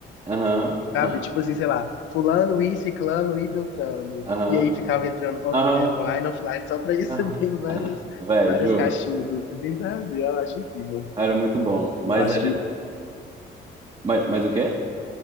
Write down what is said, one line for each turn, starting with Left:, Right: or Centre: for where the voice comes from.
Right: Aham, aham,
Left: Sabe? Tipo assim, sei lá, fulano, e ciclano e beltrano.
Right: aham,
Left: E aí ficava entrando o-
Right: aham,
Left: é, online, offline, só pra ir <laughs>
Right: aham.
Left: subindo
Right: <laughs>
Left: várias,
Right: aham. Véi,
Left: várias
Right: juro.
Left: caixinhas, assim, sabe? Eu acho incrível.
Right: Era muito bom. Mas
Left: Eu acho
Right: a gente...
Left: que.
Right: Mas, mas o quê?